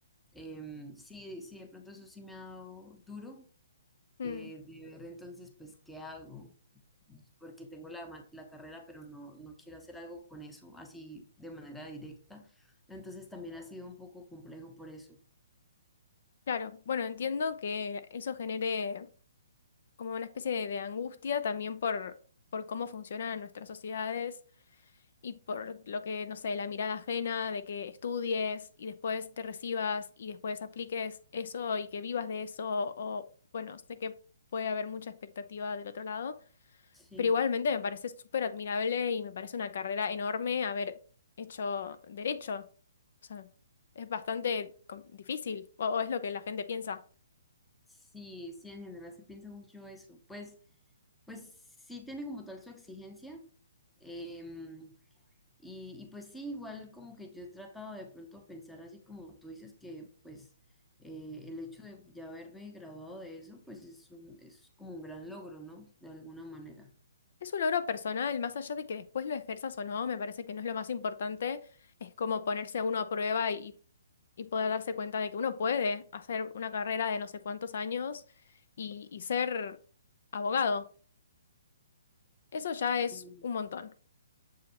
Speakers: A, in the centre; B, on the left.
A: em, sí, sí, de pronto eso sí me ha dado duro
B: mm,
A: eh, de ver entonces pues qué hago. porque tengo la, ma- la carrera, pero no, no quiero hacer algo con eso así de manera directa. Entonces también ha sido un poco complejo por eso.
B: Claro, bueno, entiendo que eso genere como una especie de, de angustia también por, por cómo funcionan nuestras sociedades y por lo que, no sé, la mirada ajena de que estudies y después te recibas y después apliques eso y que vivas de eso o, bueno, sé que puede haber mucha expectativa del otro lado.
A: Sí,
B: Pero igualmente me parece súper admirable y me parece una carrera enorme haber hecho derecho. O sea, es bastante com- difícil, o, o es lo que la gente piensa.
A: sí, sí, en general se piensa mucho eso. Pues, pues sí tiene como tal su exigencia. em, y, y pues sí, igual como que yo he tratado de pronto pensar así como tú dices que pues eh, el hecho de ya haberme graduado de eso, pues es un- es como un gran logro, ¿no? De alguna manera.
B: Es un logro personal, más allá de que después lo ejerzas o no, me parece que no es lo más importante, es como ponerse uno a prueba y, y poder darse cuenta de que uno puede hacer una carrera de no sé cuántos años y, y ser abogado. Eso ya es
A: Sí.
B: un montón.